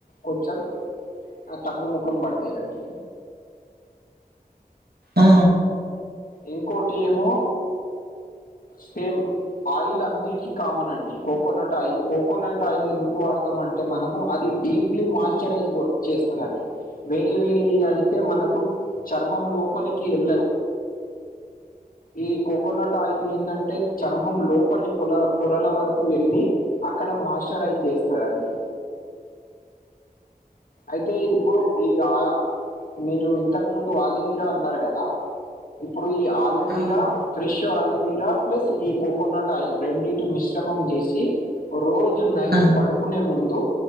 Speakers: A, on the left; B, on the right.
A: కొంచెం అ తగ్గుముఖం బడతాయండి
B: ఆ
A: ఇంకోటి ఏమో సేమ్ ఆయిల్ అన్నిటికి కామన్ అండి కోకోనట్ ఆయిల్, కోకోనట్ ఆయిల్ ఎందుకు వాడుతామంటే మనము అది. డీప్లీ మాయిశ్చరైజ్ చేస్తదండి వేరే వేరే అయితే మనకు చర్మం లోపలికి ఎల్లవ్ ఈ కోకోనట్ ఆయిల్ ఏందంటే చర్మం లోపలి పొల పొరల వరకు వెళ్ళీ అక్కడ మాస్చరైజ్ జేస్తదండి అయితే ఇప్పుడు ఈ ఆ మీరు ఇంతకు ముందు ఆలివీరా అన్నారు గదా ఇప్పుడు ఈ ఆలోవీరా
B: అవును
A: ఫ్రెష్ ఆలవీర్ జ ప్లస్ ఈ కోకోనట్ ఆయిల్ రెండిటి మిశ్రమం జేసి రోజ్ జు నైట్
B: ఆ
A: పడుకునే ముందు